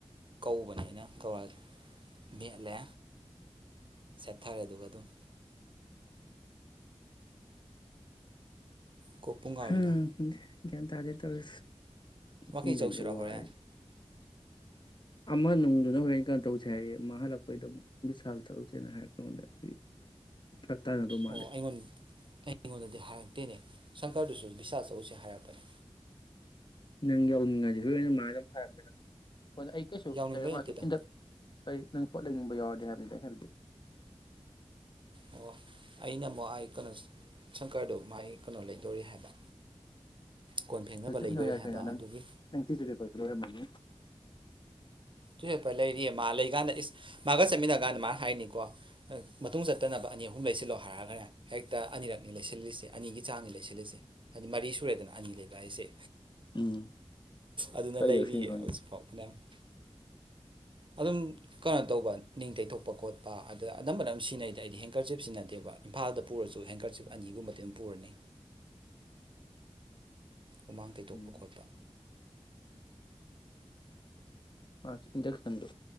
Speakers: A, on the right; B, on the left.
A: ꯀꯧꯕꯅꯦꯅ ꯀꯧꯔ ꯃꯦꯠꯂꯦ ꯁꯦꯠꯊꯔꯦ ꯑꯗꯨꯒ ꯑꯗꯨꯝ ꯀꯣꯛ ꯄꯨꯡ ꯉꯥꯎꯏꯗ
B: ꯎꯝ꯫ ꯒꯌ꯭ꯥꯟ ꯇꯗꯦ ꯇꯧꯔꯤꯁꯦ꯫ ꯃꯐꯝ
A: ꯋꯥꯀꯤꯡ ꯆꯧꯁꯤꯨꯔꯣ
B: ꯂꯦꯟꯕꯗ ꯋꯥꯔꯦ
A: ꯍꯣꯔꯦꯟ?
B: ꯑꯃ ꯅꯨꯡꯗꯨꯅ ꯍꯣꯔꯦꯟ ꯀꯩꯅꯣ ꯇꯧꯁꯦ ꯍꯥꯏꯌꯦ ꯃꯥ ꯍꯜꯂꯛꯄꯩꯗ ꯑꯃꯨꯛ ꯕꯤꯁꯥꯜ ꯆꯠꯂꯨꯁꯦꯅ ꯍꯥꯏꯔꯛꯄ ꯑꯩꯉꯣꯟꯗ ꯑꯗꯨꯒꯤ ꯐꯔꯛ ꯇꯥꯟꯅꯗꯧ ꯃꯥꯜꯂꯦ
A: ꯑꯣ ꯑꯩꯉꯣꯟ ꯑꯩꯉꯣꯟꯗꯗꯤ ꯍꯥꯏꯔꯛꯇꯦꯅꯦ꯫ ꯁꯪꯀꯔꯗꯨꯁꯨ ꯕꯤꯁꯥꯜ ꯆꯧꯁꯦ ꯍꯥꯏꯔꯛꯄꯅꯤ꯫
B: ꯅꯪ ꯌꯧꯅꯤꯡꯉꯥꯏꯗꯤ ꯍꯨꯔꯦꯟ ꯃꯥꯒ <unintelligible> ꯍꯣꯏ ꯅ ꯑꯩ ꯀꯩꯁꯨ
A: ꯌꯥꯎꯅꯤꯡꯕꯩ
B: ꯂꯩꯔ ꯃꯥꯁꯨ
A: ꯅꯠꯇꯦꯗ
B: ꯏꯟꯗꯛ ꯀꯔꯤ ꯅꯪ ꯄꯣꯠ ꯂꯩꯅꯤꯡꯕ ꯌꯥꯎꯔꯗꯤꯦ ꯍꯥꯏꯕꯅꯤꯗ ꯍꯥꯏꯕꯗꯤ꯫
A: ꯑꯣ ꯑꯩꯅ ꯑꯃꯨꯛ ꯑꯩ ꯀꯩꯅꯣ ꯁꯪꯀꯔꯗꯨꯣ ꯃꯒꯤ ꯀꯩꯅꯣ ꯂꯩꯗꯣꯔꯤ ꯍꯥꯏꯕ꯫ ꯀꯣꯟ ꯐꯦꯡꯅꯕ
B: ꯆꯠꯃꯤꯟꯅ
A: ꯂꯩꯗꯣꯔꯤ
B: ꯌꯥꯏ
A: ꯍꯥꯏꯕ
B: ꯀꯩꯅ ꯅꯪ
A: ꯑꯗꯨꯒꯤ
B: ꯅꯪ ꯊꯁꯨꯔꯤꯕꯦ ꯂꯣꯏꯔꯝꯃꯅꯤ꯫
A: ꯇꯨꯏ ꯍꯦꯄ ꯂꯩꯔꯤꯌꯦ ꯃꯥ ꯂꯩꯀꯥꯟꯗ ꯏꯁ ꯃꯥꯒ ꯆꯠꯃꯤꯟꯅ ꯀꯥꯟꯗ ꯃꯥꯅ ꯍꯥꯏꯅꯤꯀꯣ ꯃꯇꯨꯡ ꯆꯠꯇꯅꯕ ꯑꯅꯤ ꯑꯍꯨꯝ ꯂꯩꯁꯤꯜꯂꯣ ꯍꯥꯏꯔꯒꯅꯦ ꯍꯦꯛꯇ ꯑꯅꯤꯔꯛꯅꯤ ꯂꯩꯁꯤꯜꯂꯤꯁꯦ ꯑꯅꯤꯒꯤ ꯆꯥꯡꯅꯤ ꯂꯩꯁꯤꯜꯂꯤꯁꯦ ꯍꯥꯏꯗꯤ ꯃꯔꯤ ꯁꯨꯔꯦꯗꯅ ꯑꯅꯤ ꯂꯩꯕ ꯍꯥꯏꯁꯦ꯫
B: ꯎꯝ
A: ꯑꯗꯨꯅ
B: ꯀꯩ
A: ꯂꯩꯔꯤꯌꯦ
B: ꯂꯧꯁꯤꯅꯣ ꯈꯪꯗꯦ
A: ꯍꯧꯖꯤꯛꯐꯥꯎ ꯐꯅꯥꯌꯥꯝ ꯫ ꯑꯗꯨꯝ ꯀꯩꯅꯣ ꯇꯧꯕ ꯅꯤꯡꯇꯩꯊꯣꯛꯄ ꯈꯣꯠꯄ ꯑꯗ ꯑꯅꯝꯕꯅ ꯑꯗꯨꯝ ꯁꯤꯖꯤꯟꯅꯩꯗ ꯑꯩꯗꯤ ꯍꯦꯡꯀꯔ ꯆꯤꯞ ꯁꯤꯖꯤꯟꯅꯗꯦꯕ ꯏꯝꯐꯥꯜꯗ ꯄꯨꯔꯁꯨ ꯍꯦꯡꯀꯔ ꯆꯤꯞ ꯑꯅꯤꯒꯨꯝꯕꯗꯤ ꯑꯗꯨꯝ ꯄꯨꯔꯅꯤ꯫ ꯍꯨꯃꯥꯡ ꯇꯩꯇꯣꯛꯄ
B: ꯎꯝ
A: ꯈꯣꯠꯄ
B: ꯃꯥꯁꯨ ꯏꯟꯗꯛꯁꯟꯗꯣ